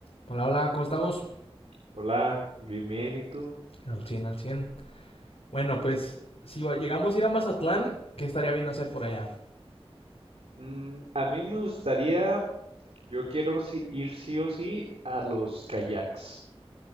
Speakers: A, on the left; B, on the right.
A: Hola, hola, ¿cómo estamos?
B: Hola, bien, bien, ¿y tú?
A: Al 100 al cien Bueno, pues si llegamos a ir a Mazatlán, ¿qué estaría bien hacer por allá?
B: Mm, a mí me gustaría, yo quiero sí- ir sí o sí a los kayaks.